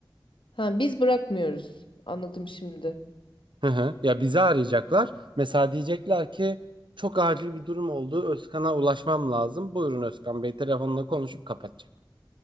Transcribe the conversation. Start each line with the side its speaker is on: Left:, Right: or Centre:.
Left: Ha, biz bırakmıyoruz. Anladım şimdi.
Right: Hı hı. Ya bizi arayacaklar. Mesela diyecekler ki çok acil bir durum oldu. Özkan'a ulaşmam lazım. Buyurun Özkan Bey telefonla konuşup kapatacak.